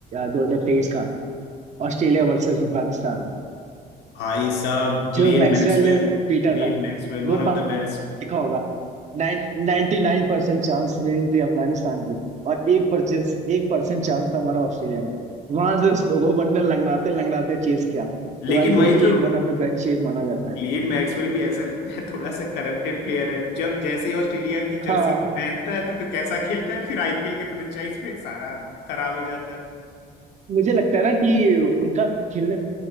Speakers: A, on the right; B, on the left.
A: 2023 का ऑस्ट्रेलिया वर्सेस अफगानिस्तान
B: भाई साहब
A: जो
B: Glenn
A: मैक्सवेल
B: Maxwell
A: ने पीटा
B: Glenn
A: था
B: Maxwell
A: वो
B: one
A: पा-
B: of the best
A: देखा होगा नाइन्टी नाइन परसेंट चांस रेटिंग थी अफगानिस्तान की और एक परसेंट एक परसेंट चांस था हमारा ऑस्ट्रेलिया का वहां से उस- वो बंडल लंगड़ाते लंगड़ाते चेज किया तो
B: लेकिन
A: भाई
B: वही
A: वो भी
B: तो
A: एक one of the best chase माना जाता है
B: ग्लेन मैक्सवेल भी ऐसा लगता है थोड़ा सा करप्टेड प्लेयर है जब जैसे ही ऑस्ट्रेलिया की जर्सी
A: हाँ
B: पहनता है तो फिर कैसा खेलता है फिर आईपीएल के फ्रेंचाइज में सारा खराब हो जाता है
A: मुझे लगता है ना कि उनका खेलने